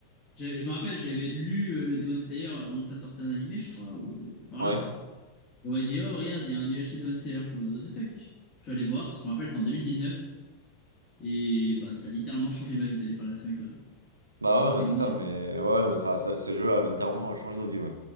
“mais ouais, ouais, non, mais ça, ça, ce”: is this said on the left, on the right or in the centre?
Right